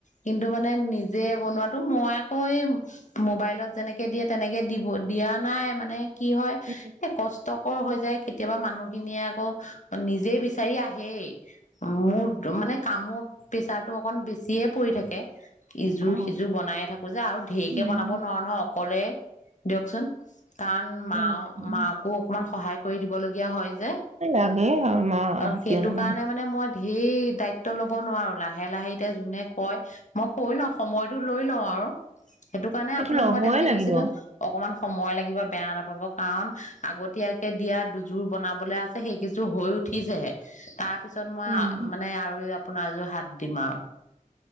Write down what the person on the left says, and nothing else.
কিন্তু মানে নি যে, বনোৱাতো মই আকৌ এই মোবাইলত যেনেকে দিয়ে তেনেকে দিব-দিয়া নাই মানে কি হয়,
এই কষ্ট কৰ হৈ যায় কেতিয়াবা মানুহখিনিয়ে আকৌ নিজেই বিচাৰি আহেই। মোৰ মানে কামৰ প্ৰেচাৰটো অকন বেছিয়ে পৰি থাকে। ইযোৰ
সিজোৰ বনাইে থাকো যে, আৰু ঢেৰকে
বনাব নোৱাৰো নহয় অকলে। দিয়কচোন। কাৰণ মা,
মাকো অকণমান সহায় কৰি দিবলগীয়া হয়
যে অ সেইটো কাৰণে মানে মই ভি সেই দায়িত্ব ল'ব নোৱাৰো লাহে, লাহে এতিয়া যোনে কয় মই কৈ লওঁ সময়টো লৈ লওঁ আৰু। সেইটো কাৰণে আপোনাক
মই তেনেকে
কৈছিলো অকণমান সময় লাগিব বেয়া নাপাব কাৰণ, আগতীয়াকে দিয়া দুযোৰ বনাবলৈ আছে সেইকেইযোৰ হৈ উঠিছেহে। তাপিছ পিছত মই
মানে আৰু ইয়াত। আপোনাৰ যোৰ হাত দিম আৰু